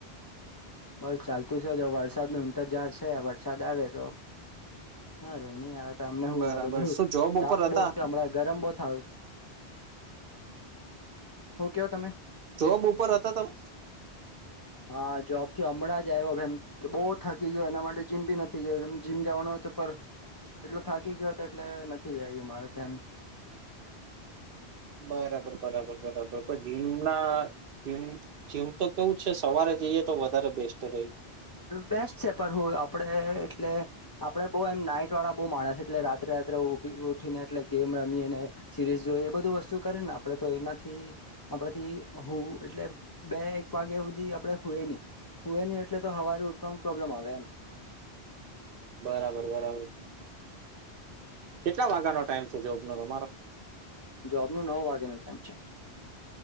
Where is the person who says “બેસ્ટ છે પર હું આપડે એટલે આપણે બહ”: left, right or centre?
Left